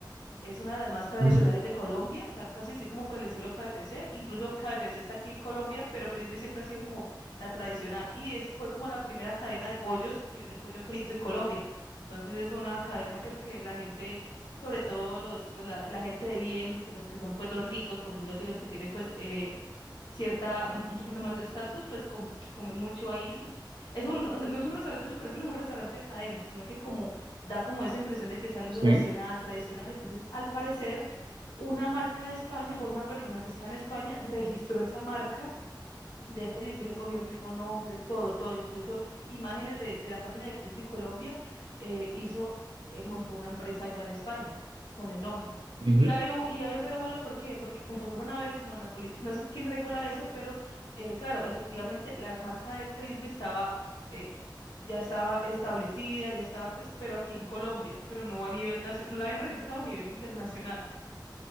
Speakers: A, on the left; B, on the right.
A: Es una de las más tradicionales
B: Ujú.
A: de Colombia, ca- casi decir como por el estilo KFC. Incluso KFC está aquí en Colombia, pero Frisbee siempre ha sido como la tradicional. Y es, fue como la primera cadena de pollos que venden pollo frito en Colombia. Entonces es una cadena pues que la gente, sobre todo los, pues, la, la gente de bien, que los que son pues los ricos, por decirlo así, los que tienen pues eh, cierta, un un poquito más de estatus, pues com- comen mucho ahí. Pues es un, o sea, no es un restaurante súper fino, es un restaurante de cadena, sino que como da como esa impresión de que es algo
B: Sí.
A: nacional, tradicional. Entonces, al parecer, una marca de España, bueno, una persona que está en España registró esa marca de Frisbee, le cogió el mismo nombre, todo, todo, incluso imágenes de, de la página de Frisbee Colombia, eh, hizo, eh, montó una empresa allá en España con el nombre.
B: Ujú,
A: Y hay un, y hay un revuelo, ¿por qué? Porque cuando fueron a ver, como en la política, no sé quién regula eso, pero eh, claro, efectivamente la marca de Frisbee estaba, eh, ya estaba establecida, ya estaba pues, pero aquí en Colombia, pero no a nivel nacional, no la habían registrado a nivel internacional.